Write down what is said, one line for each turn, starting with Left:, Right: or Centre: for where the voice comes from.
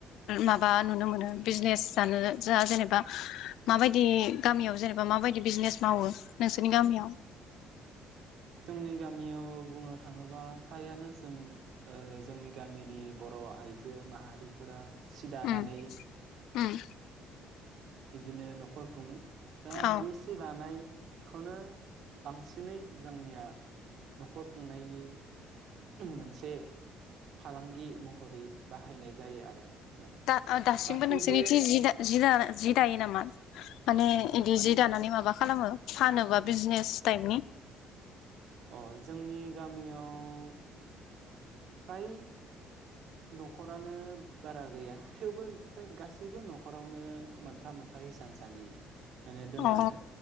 Left: माबा नुनो मोनो बिजनेस जानो जा जेनेबा माबायदि गामियाव जेनेबा माबायदि बिजनेस मावो नोंसोरनि गामियाव?
Right: जोंनि गामियाव बुंनो थाङोबा फ्रायानो जों ओ जोंनि गामिनि बर' आइजो माहारिफोरा सि दानानै
Left: उम उम।
Right: बिदिनो न'खर खुङो। दा
Left: औ
Right: बे सि दानाय खौनो बांसिनै जोंनिया न'खर खुंनायनि मोनसे फालांगि महरै बाहायनाय जायो आरो माने
Left: दा ओ दासिमबो
Right: गासैबो
Left: नोंसोरनिथि जि दा जि दानो जि दायो नामा? माने
Right: अ
Left: इन्दि
Right: माने
Left: जि दानानै माबा खालामो फानोबा बिजनेस टाइबनि
Right: अ जोंनि गामियाव फ्राय न'खरानो बारा गैया थेवबो फ्राय गासैबो न'खरावनो मोनफा मोनफा हिसानसालि माने दङआनो
Left: अ